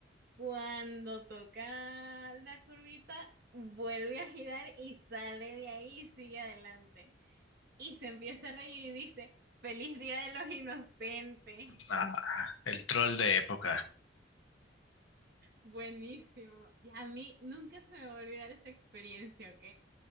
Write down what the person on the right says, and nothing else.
Cuando toca la curvita, vuelve a girar y sale de ahí y sigue adelante y se empieza a reír y dice, Feliz Día de los Inocentes.
Buenísimo. Y a mí nunca se me va a olvidar esa experiencia, ¿ok?